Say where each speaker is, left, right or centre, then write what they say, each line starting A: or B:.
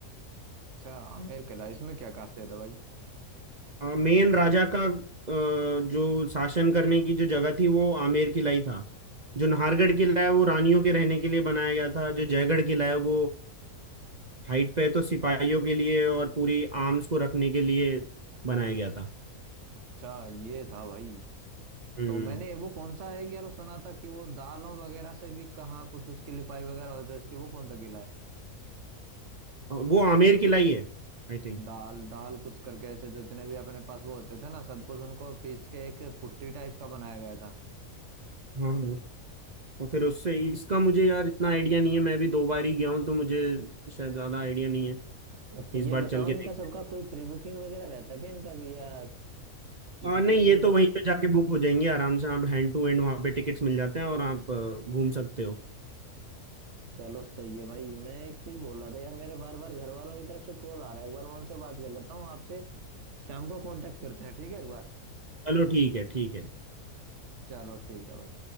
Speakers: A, on the right (about 55°); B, on the right (about 40°).
A: अच्छा आमेर किला इसमें क्या खासियत है भाई
B: मेन राजा का अ, जो शासन करने की जो जगह थी वो आमेर किला ही था जो नाहरगढ़ किला है वो रानियों के रहने के लिए बनाया गया था जो जयगढ़ किला है वो हाइट पे है, तो सिपाहियों के लिए और पूरी आर्म्स को रखने के लिए बनाया गया था
A: अच्छा ये था भाई
B: हम्म
A: तो मैंने वो कौन सा है कि यार सुना था कि वो दालों वगैरह से भी कहाँ कुछ उसकी लिपाई वगैरह होती है उसकी वो कौन सा किला है
B: अ, वो आमेर किला ही है आई थिंक
A: दाल दाल कुछ करके ऐसे जितने भी अपने पास वो होते थे ना सब कुछ उनको पीस के एक पुट्टी टाइप का बनाया गया था
B: हाँ हाँ। और फिर उससे इसका मुझे यार इतना आइडिया नहीं है मैं भी दो बार ही गया हूँ तो मुझे शायद ज्यादा आइडिया नहीं है
A: अच्छा ये
B: इस बार
A: बताओ
B: चल के
A: इनका
B: देखते
A: सबका कोई प्री बुकिंग वगैरह रहता है क्या इनका भी या टिकटिंग
B: हैं आ, नहीं ये तो वहीं पे जाके बुक हो जाएंगे आराम से आप हैंड टू हैंड वहां पे टिकट्स मिल जाते हैं और आप अ, घूम सकते हो
A: चलो सही है भाई मैं एक चीज बोल रहा था यार मेरे बार बार घर वालों की तरफ से कॉल आ रहा है एक बार मैं उनसे बात कर लेता हूँ आपसे शाम को कांटेक्ट करते हैं ठीक है एक बार
B: चलो ठीक है ठीक है
A: चलो ठीक है भाई